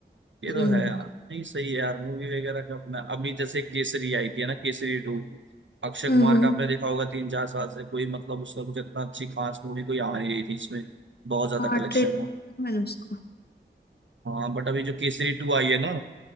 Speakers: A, on the right; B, on the left.
A: ये
B: हम्म
A: तो है यार नहीं सही है यार मूवी वगैरह का अपना अभी जैसे केसरी आई थी है ना केसरी टू अक्षय
B: हम्म
A: कुमार
B: हम्म।
A: का आपने देखा होगा तीन चार साल से कोई मतलब उसका कुछ इतना अच्छी खास मूवी कोई आ नहीं रही थी इसमें बहुत ज्यादा
B: हाँ
A: कलेक्शन
B: ट्रेलर देखा
A: हो
B: मैंने उसको
A: हाँ बट अभी जो केसरी टू आई है ना